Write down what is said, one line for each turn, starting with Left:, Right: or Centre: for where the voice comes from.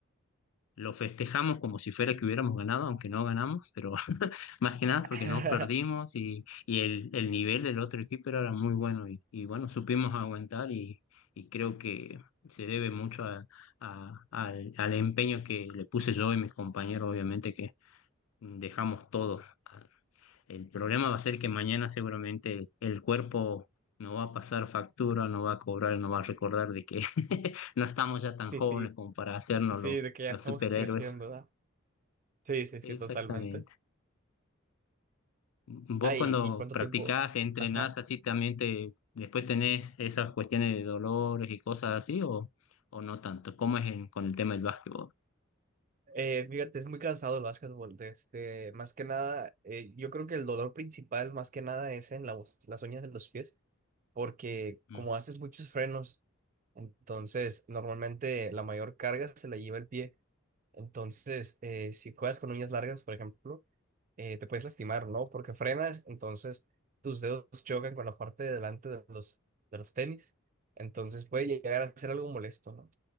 Left: lo festejamos como si fuera que hubiéramos ganado, aunque no ganamos, pero <laughs> más que nada
Right: <laughs>
Left: porque no perdimos y, y el, el nivel del otro equipo era muy bueno y, y bueno, supimos aguantar y, y creo que se debe mucho a- a- al, al empeño que le puse yo y mis compañeros, obviamente que dejamos todo. El problema va a ser que mañana seguramente el cuerpo no va a pasar factura, no va a cobrar, no va a recordar de que <laughs> no estamos ya tan
Right: Sí,
Left: jóvenes
Right: sí,
Left: como para hacernos
Right: sí,
Left: los
Right: de que ya
Left: los
Right: estamos
Left: superhéroes.
Right: creciendo, ¿verdad? Sí, sí, sí,
Left: Exactamente.
Right: totalmente.
Left: Vos
Right: Ay,
Left: cuando
Right: ¿y cuánto
Left: practicás,
Right: tiempo?
Left: entrenás
Right: Ajá.
Left: así también te, después tenés esas cuestiones de dolores y cosas así o, o no tanto. ¿Cómo es en- con el tema del básquetbol?
Right: Eh, fíjate, es muy cansado el básquetbol. de Este, más que nada, eh, yo creo que el dolor principal, más que nada, es en la, bo- las uñas de los pies, porque
Left: Mm,
Right: como haces muchos frenos, entonces normalmente la mayor carga se la lleva el pie. Entonces, eh, si juegas con uñas largas, por ejemplo, eh, te puedes lastimar, ¿no? Porque frenas, entonces tus dedos chocan con la parte de delante de los, de los tenis. Entonces puede llegar a ser algo molesto, ¿no?